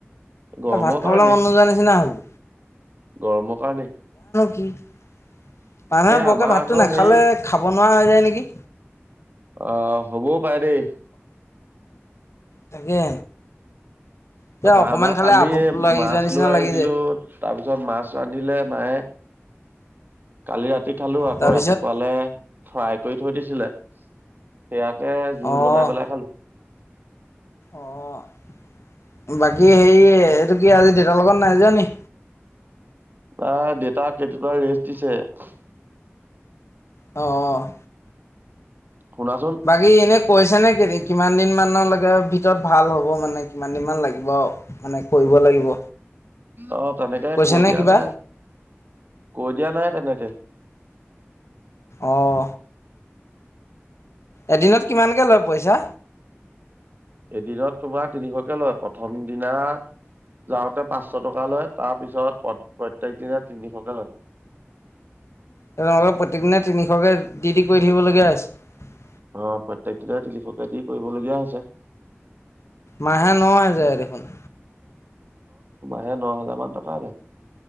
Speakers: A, on the right; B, on the left.
A: গৰমৰ
B: ভাত খাবলৈ
A: কাৰণেই
B: মন নোযোৱা নিচিনা হ'লো।
A: গৰমৰ কাৰণে
B: মানুহে বৰকৈ
A: আমাৰ
B: ভাতটো
A: আকৌ
B: নাখালে
A: হেৰি
B: খাব নোৱাৰা হৈ যায় নেকি?
A: আহ, হ'বও পাৰে দেই।
B: তাকে। কিবা
A: টাৰপা
B: অকমান
A: আমাৰ
B: খালে
A: কালি
B: আভোক লাগি
A: মাছ
B: যোৱা নিচিনা
A: লৈ আহিছিলো
B: লাগি যায়।
A: তাৰপিছত মাছ ৰান্ধিলে মায়ে কালি ৰাতি খালো আকৌ
B: তাৰপিছত
A: ৰাতিপুৱালে ফ্ৰাই কৰি থৈ দিছিলে সেয়া কে জোল
B: অ'
A: বনাই পেলাই খালো।
B: অ', বাকী হেৰি এইটো কি আজি দেউতাৰ লগত নাই যোৱা নি?
A: ৱা দেতাক কেইদিনমান ৰেষ্ট দিছে।
B: অ', - অ',
A: শুনাচোন
B: বাকী এনে কৈছে নে কিমান কি মানৰলৈকে ভিতৰত ভাল হ'ব মানে কিমান দিন মান লাগিব আৰু মানে কৰিব লাগিব
A: অহ, তেনেকে
B: কৈছে
A: কৈ
B: নে
A: দিয়া
B: কিবা?
A: নাই কৈ দিয়া নাই তেনেকে
B: অহ এদিনত কিমানকে লয় পইচা?
A: এদিনত তোমাৰ তিনিশকে লয় প্ৰথম দিনা যাওঁতে পাঁচশ টকা লয় তাৰ পিছত প্ৰত্যয়েক দিনে তিনিশকে লয়। <inaudible>
B: তেওঁহ'লে প্ৰত্যেক দিনাই তিনিশকে দি- দি কৰি থাকিবলগীয়া হৈছে।
A: অহ, প্ৰত্যেক দিনা তিনিশকে দি কৰিবলগীয়া হৈছে।
B: মাহে ন' হেজাৰ দেখোন।
A: এ ন' হাজাৰ মান টকায় যায়